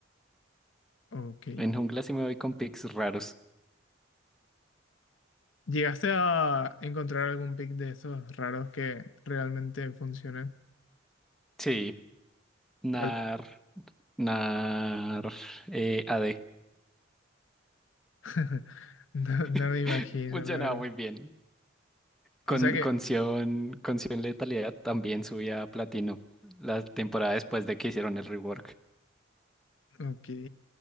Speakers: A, on the left (about 80°); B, in the centre.
A: Ok.
B: En jungla sí me voy con picks raros.
A: ¿Llegaste a encontrar algún pick de esos raros que realmente funcionen?
B: Sí, nar.
A: ¿Cuál?
B: Nar eh, AD.
A: <laughs> No, no
B: <laughs>
A: me imagino,
B: Funcionaba
A: la verdad.
B: muy bien. Con,
A: O sea que,
B: con Sion, con Sion Letalidad también subía a platino la temporada después de que hicieron el rework.
A: ok.